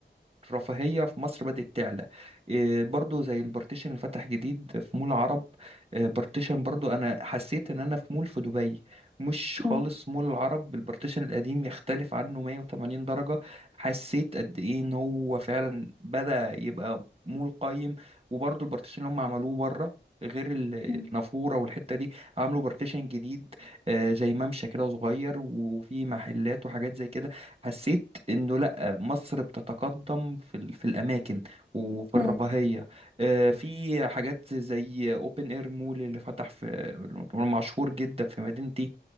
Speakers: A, on the right (about 30°); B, in the centre.
A: الرفاهية في مصر بدأت تعلى إيه برضو زي البارتيشن اللي فتح جديد في مول العرب إيه بارتيشن برضو أنا حسيت إن أنا في مول في دبي مش خالص
B: مم.
A: مول العرب البارتيشن القديم يختلف عنه 180 درجة حسيت قد إيه إن هو فعلا بدأ يبقى مول قايم وبرضو البارتيشن اللي هم عملوه بره غير ال-
B: مم.
A: النافورة والحتة دي عملوا بارتيشن جديد آه، زي ممشى كده صغير وفي محلات وحاجات زي كده حسيت انه مصر بتتقدم في ال- في الأماكن وفي الرفاهية
B: مم.
A: آه، في حاجات زي أوبن إير مول اللي فتح في مشهور جدا في مدينتي